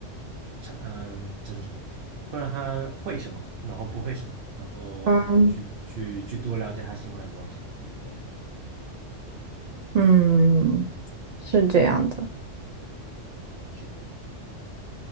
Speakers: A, on the right; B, on the right.
A: 差嗯、叫做什么，观察他会什么，然后不会什么，然后然后去去去多了解他喜欢的东西，
B: 嗯，
A: 对，
B: 嗯，是这样的。
A: 嗯，是的。